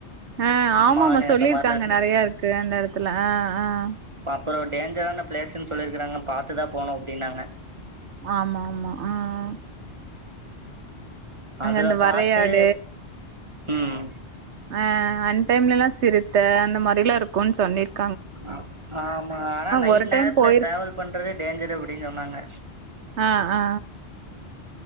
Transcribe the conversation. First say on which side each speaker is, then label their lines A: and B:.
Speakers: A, on the right (about 80°); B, on the right (about 25°).
A: ஆஹ் ஆமாமா
B: மானு
A: சொல்லிருக்காங்க
B: அந்த மாரிலா
A: நெறைய இருக்கு அந்த எட த்துல ஆஹ்
B: அப்பறோ டேஞ்ஜரான பிளேஸ்ன் சொல்லிருக்கறாங்க பாத்து தா போனு அப்டின்னாங்க
A: ஆமாமா ஆஹ்
B: அதுல
A: அந்த
B: பாத்து
A: வரையாடு
B: ம்
A: ஆ அன் டைம்லல்லா சிறுத்த அந்த மாரில்லா இருக்குன் சொன்னிருக்
B: அ ஆமா ஆனா நைட்
A: ஒரு டைம்
B: நேரத்துல
A: போயிருக்
B: ட்ராவல் பண்றதே டேஞ்சரு அப்படின்னு சொன்னாங்க
A: ஆ ஆ